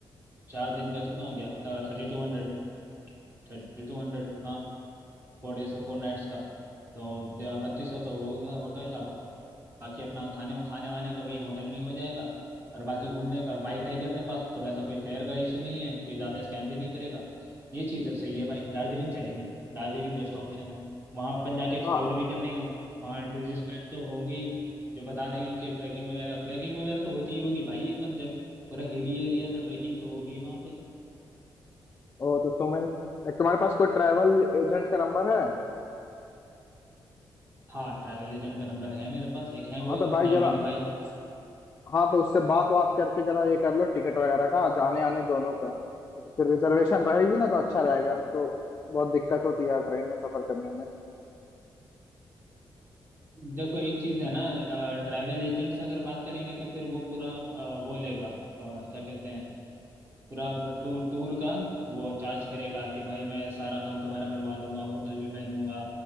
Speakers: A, on the right; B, on the left.
A: चार दिन का कितना हो गया थर्टी टू हंड्रेड थर्टी टू हंड्रेड हाँ फोर डेज का फोर नाइट्स का तो बत्तीस सौ तो वो हो गया होटल का बाकी अपना खाने वो खाने वाने का वही होटल में ही हो जाएगा और बाकी घूमने का बाइक रहेगी अपने पास तो वैसा कोई फेयर का इशू नहीं है कोई ज़्यादा स्कैम भी नहीं करेगा ये चीज़ अब सही है भाई दार्जिलिंग चलेंगे दार्जिलिंग बेस्ट ऑप्शन है वहाँ अपन जाके एक्सप्लोर
B: हाँ
A: भी कर लेंगे वहाँ टूरिस्ट गाइड तो होंगे ही जो बता देंगे कि ट्रैकिंग वगैरह ट्रैकिंग वगैरह तो होती ही होगी भाई एकदम जब पूरा हिली एरिया तो ट्रैकिंग तो होगी ही वहाँ पे
B: ओ, तो तुम्हें तुम्हारे पास कोई ट्रैवल एजेंट का नंबर है
A: हाँ ट्रैवल एजेंट का नंबर है मेरे पास एक है
B: हाँ
A: वो
B: तो
A: अपने
B: भाई जरा
A: अमित भाई
B: उस हाँ तो उससे बात बात करके जरा ये कर लो टिकट वगैरह का जाने आने दोनों का फिर रिजर्वेशन रहेगी ना तो अच्छा रहेगा नहीं तो बहुत दिक्कत होती है यार ट्रेन में सफर करने में
A: देखो एक चीज है ना ट्रैवल एजेंट्स अगर बात करेंगे तो फिर वो पूरा अ, वो लेगा अ, क्या कहते हैं पूरा टूर टूर का वो चार्ज करेगा कि भाई मैं सारा काम तुम्हारा करवा दूंगा होटल भी मैं दूंगा